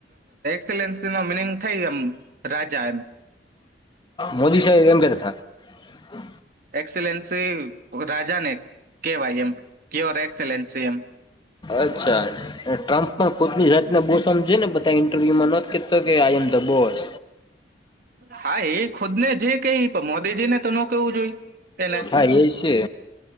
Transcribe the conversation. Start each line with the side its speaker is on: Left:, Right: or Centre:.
Right: એક્સલન્સીમાં મિનિંગ થઈ એમ રાજા એમ.
Left: મોદી સાહેબ એમ કેતા હતા.
Right: એક્સલેન્સ. રાજાને કેવા એમ ક્યોર એક્સેલસ એમ.
Left: અચ્છા ટ્રમ્પ પણ કોટની જાતના બોસજે ને બધા ઇન્ટરવ્યુમાં નતો કે આઈ એમ ધ બોસ.
Right: હા એ ખુદ ને જે કે મોદીજી ને તો નો કેવું જોઈએ. કે ને
Left: હા એ છે.